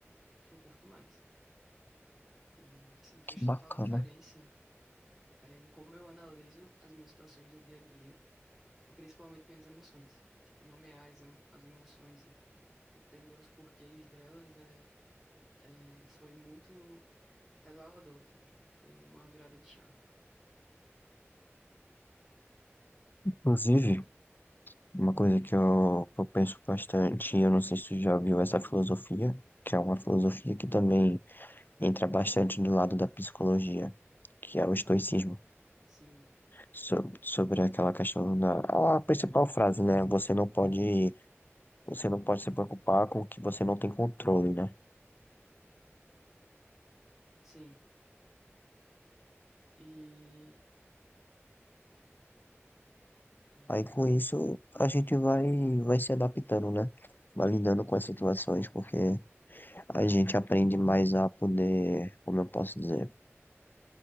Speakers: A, in the centre; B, on the left.
A: que eu curto mais. E, assim, fez
B: Que
A: total
B: bacana.
A: diferença, é, em como eu analiso as minhas situações do dia a dia, e principalmente minhas emoções. Tipo, nomear as, emo- as emoções e entender os porquês delas é, é, foi muito revelador, assim, pra mim. Foi uma virada de chave.
B: Inclusive, uma coisa que eu, que eu penso bastante, eu não sei se tu já viu essa filosofia, que é uma filosofia que também entra bastante do lado da psicologia, que é o estoicismo,
A: Sim,
B: so- sobre aquela questão da a principal frase, né? Você não pode, você não pode se preocupar com o que você não tem controle, né?
A: sim. E, e
B: Aí com isso a gente vai vai se adaptando, né? Vai lidando com as situações, porque a gente aprende mais a poder, como eu posso dizer,